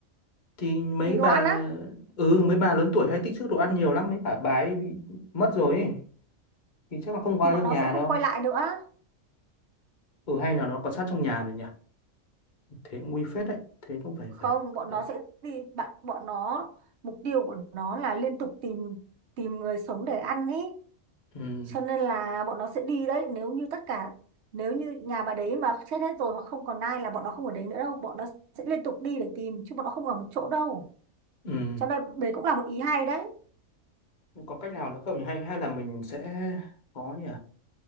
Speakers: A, on the left; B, on the right.
A: thì mấy
B: tìm
A: bà
B: đồ ăn á
A: ừ mấy bà lớn tuổi hay tích trữ đồ ăn nhiều lắm mấy cả bà ấy bị mất rồi ấy. thì chắc là không có
B: thì
A: ai
B: bọn
A: trong
B: nó
A: nhà
B: sẽ không
A: đâu
B: quay lại nữa
A: ừ hay là nó có sát trong nhà rồi nhỉ thế cũng nguy phết đấy thế cũng phải
B: không
A: phải phải
B: bọn
A: đợi
B: nó sẽ gì bạn bọn nó mục tiêu của nó là liên tục tìm tìm người sống để ăn ý
A: ừ
B: cho nên là bọn nó sẽ đi đấy nếu như tất cả nếu như nhà bà đấy mà chết hết rồi hoặc không còn ai là bọn nó không ở đấy nữa đâu bọn nó sẽ liên tục đi để tìm chứ bọn nó không ở một chỗ đâu
A: ừ
B: Cho nên đấy cũng là một ý hay đấy.
A: có cách nào nữa không nhỉ hay hay là mình sẽ có nhỉ